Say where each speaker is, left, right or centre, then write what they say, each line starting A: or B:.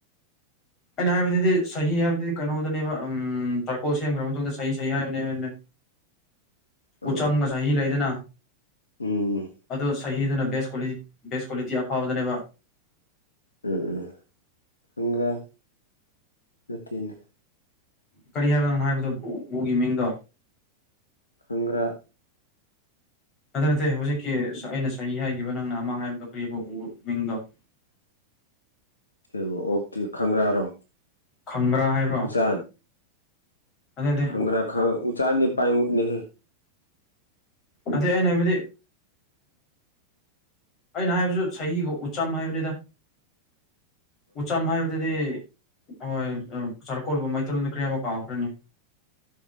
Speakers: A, on the left; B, on the left.
A: ꯑꯩꯅ ꯍꯥꯏꯕꯗꯨꯗꯤ ꯁꯍꯤ ꯍꯥꯏꯕꯗꯨꯗꯤ ꯀꯩꯅꯣꯗꯅꯦꯕ ꯎ ꯇꯔꯀꯣꯜ ꯁꯦꯝꯈ꯭ꯔꯕ ꯃꯇꯨꯡꯗ ꯁ ꯁꯍꯤ ꯍꯥꯏꯕꯅꯦꯅꯦ
B: ꯑꯥ
A: ꯎꯆꯝꯒ
B: ꯑꯥ
A: ꯆꯍꯤ ꯂꯩꯗꯅ
B: ꯎꯝ ꯎꯝ
A: ꯑꯗꯨ ꯆꯍꯤꯗꯨꯅ ꯕꯦꯁ ꯀ꯭ꯋꯥꯂꯤꯇꯤ ꯑꯐꯥꯎꯕꯗꯅꯦꯕ
B: ꯎꯝ ꯍꯪꯒꯥ ꯑꯗꯨꯠꯇꯅꯦ
A: ꯀꯔꯤ ꯍꯥꯏꯕꯅꯪꯅꯣ ꯍꯥꯏꯕꯗꯣ ꯎ ꯎꯒꯤ ꯃꯤꯡꯗꯣ
B: ꯈꯪꯒ꯭ꯔꯥ
A: ꯅꯠꯇ ꯅꯠꯇꯦ ꯍꯧꯖꯤꯛꯀꯤ ꯑꯩꯅ ꯆꯍꯤ ꯍꯥꯏꯈꯤꯕ ꯅꯪꯅ ꯑꯃ ꯍꯥꯏꯕꯗꯣ ꯀꯔꯤꯕ ꯎ ꯃꯤꯡꯗꯣ <inaudible>
B: ꯀꯕꯨ ꯑꯣꯛꯇꯤ ꯈꯪꯒ꯭ꯔꯥꯔꯣ
A: ꯐꯪꯕ꯭ꯔꯥ ꯍꯥꯏꯕ꯭ꯔꯣ
B: ꯎꯆꯥꯟ
A: ꯅꯠꯇꯦ ꯅꯠꯇꯦ
B: ꯈꯪꯒ꯭ꯔꯥ ꯈꯪ ꯎ ꯎꯆ ꯎꯆꯔꯅꯦ ꯄꯌꯦ ꯎꯠꯅꯤꯍ
A: ꯑꯗꯗꯤ ꯑꯩꯅ ꯍꯥꯏꯕꯗꯤ ꯑꯩꯅ ꯍꯥꯏꯕꯁꯨ ꯆꯍꯤꯒ ꯎꯆꯝ ꯍꯥꯏꯕꯅꯤꯗ ꯎ ꯎꯆꯝ ꯃꯍ ꯍꯧꯗꯗꯤ ꯍꯣꯏ ꯆꯔꯀꯣꯜꯕ ꯃꯩꯇꯩꯣꯟꯅ ꯀꯦ ꯑꯃ ꯀꯥꯎꯈ꯭ꯔꯅꯤ